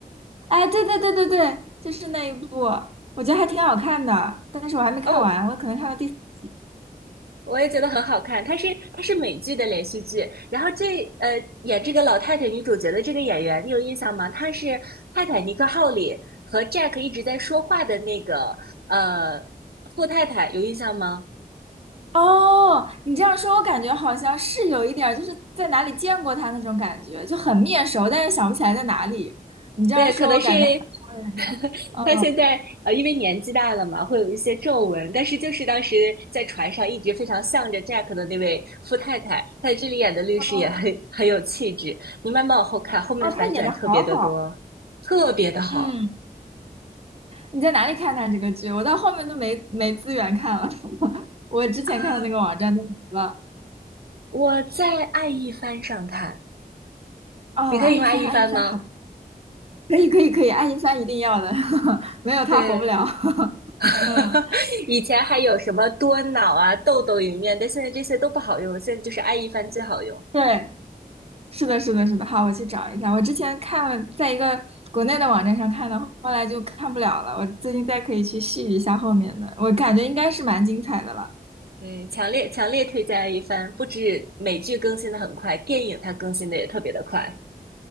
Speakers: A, on the right; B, on the right.
A: 哎，对对对对对，就是那一部，我觉得还挺好看的，但是我还没看完，
B: 哦，
A: 我可能看到第四集。
B: 我也觉得很好看，它是它是美剧的连续剧，然后这呃演这个老太太女主角的这个演员，你有印象吗？她是《泰坦尼克号》里和 Jack 一直在说话的那个呃富太太，有印象吗？
A: 哦，你这样说，我感觉好像是有一点儿就是在哪里见过他那种感觉，就很面熟，但是想不起来在哪里。你这样说，
B: 对，可能是
A: 我感觉好像，
B: <laughs>
A: 嗯，
B: 他现在呃，因为年纪大了嘛，会有一些皱纹，但是就是当时在船上一直非常向着 Jack 的那位富太太，她在这里演的律师也很很有气质。
A: 哦
B: 你慢慢往后看，后面的反转特别的多，
A: 哦，他演的好好。
B: 特别的好
A: 嗯。你在哪里看的这个剧？我到后面都没没资源看了，<laughs> 我之前看的那个网站都没了。
B: 啊！我在爱一帆上看，
A: 哦，
B: 你可以用爱一帆吗？
A: 爱一帆，爱一帆，好的，可以，可以，可以，爱一帆一定要的，<laughs> 没有他活不了。
B: 对，
A: <laughs>
B: <laughs>
A: 嗯，
B: 以前还有什么多脑啊、豆豆影院，但现在这些都不好用，现在就是爱一帆最好用。
A: 对，是的，是的，是的。好，我去找一下。我之前看了，在一个国内的网站上看的，后来就看不了了。我最近再可以去续一下后面的，我感觉应该是蛮精彩的了。
B: 对，强烈强烈推荐一番。不止美剧更新的很快，电影它更新的也特别的快。